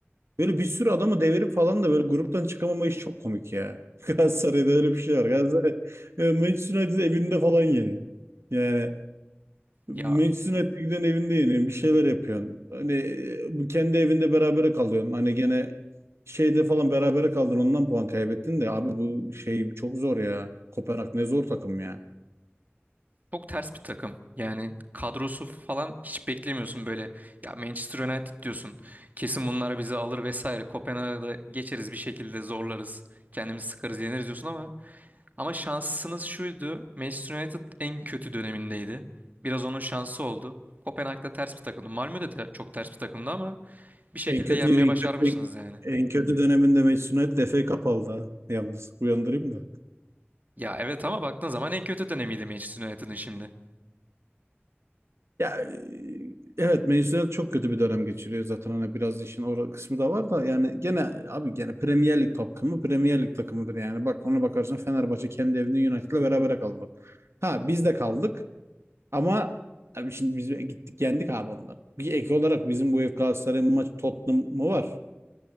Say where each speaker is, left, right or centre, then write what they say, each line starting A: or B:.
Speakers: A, on the right; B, on the right.
A: böyle bir sürü adamı devirip falan da böyle gruptan çıkamama iş çok komik ya. <laughs> Galatasaray'da öyle bir şey var. Galatasaray e, Manchester United evinde falan yeniyor. Yani Meclisin
B: Ya
A: giden evinde yeniyorsun. Bir şeyler yapıyorsun. Hani e, kendi evinde berabere kalıyorsun. Hani gene şeyde falan berabere kaldın ondan puan kaybettin de abi bu şey çok zor ya. Kopenhag ne zor takım ya.
B: çok ters bir takım. Yani kadrosu falan hiç beklemiyorsun böyle. Ya Manchester United diyorsun. Kesin bunlar bizi alır vesaire. Kopenhag'da geçeriz bir şekilde zorlarız. Kendimizi sıkarız yeneriz diyorsun ama. Ama şansınız şuydu. Manchester United en kötü dönemindeydi. Biraz onun şansı oldu. Kopenhag'da ters bir takımdı. Malmö de te- çok ters bir takımdı ama bir şekilde
A: En kötü
B: yenmeye
A: en
B: başarmışsınız
A: kötü
B: yani.
A: en kötü döneminde Manchester United FA Cup aldı ha. Yalnız uyandırayım da.
B: Ya evet ama baktığın zaman en kötü dönemiydi Manchester United'ın şimdi.
A: Ya e, evet mezuniyet çok kötü bir dönem geçiriyor zaten hani biraz işin o kısmı da var da yani gene abi gene Premier Lig takımı Premier Lig takımıdır yani bak ona bakarsan Fenerbahçe kendi evinde United'la berabere kaldı. Ha biz de kaldık ama abi şimdi biz gittik yendik abi onları. Bir ek olarak bizim bu ev Galatasaray'ın maç Tottenham'ı var.